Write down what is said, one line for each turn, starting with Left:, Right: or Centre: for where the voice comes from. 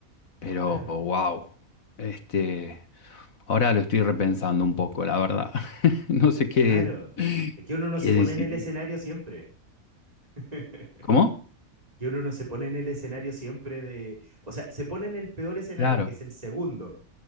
Left: pero
Right: Claro,
Left: wow, este, ahora lo estoy repensando un poco, la verdad. <laughs> No sé qué,
Right: claro. Es que uno no
Left: qué
Right: se pone
Left: decidí.
Right: en el escenario siempre. <laughs>
Left: ¿Cómo?
Right: Que uno no se pone en el escenario siempre de... O sea, se pone en el peor escenario,
Left: Claro,
Right: que es el segundo,